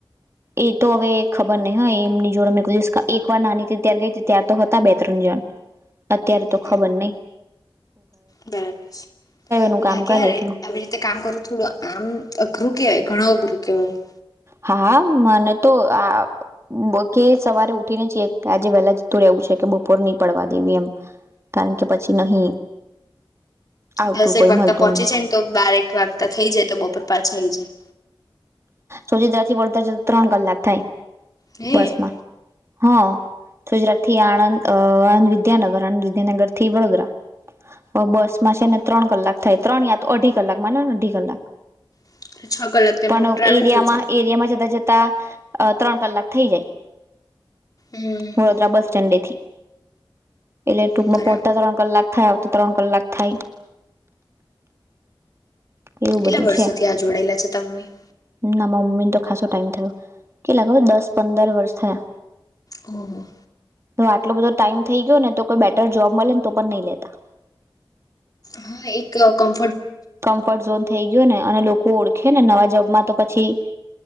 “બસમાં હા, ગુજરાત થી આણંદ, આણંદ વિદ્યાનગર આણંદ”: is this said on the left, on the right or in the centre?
Right